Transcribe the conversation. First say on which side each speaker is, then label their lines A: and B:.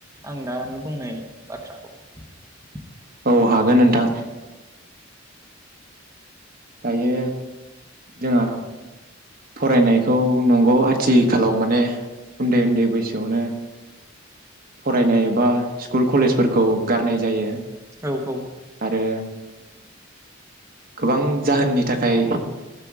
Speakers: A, on the right; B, on the right.
A: आं दानि बुंनाय बाथ्राखौ ।
B: औ हागोन नोंथां। दायो जोंहा फरायनायखौ नंगौ आथिखालाव माने उन्दै उन्दै बैसोआवनो फरायनाय बा स्कुल कलेजफोरखौ गारनाय जायो।
A: औ औ
B: आरो गोबां जाहोननि थाखाय,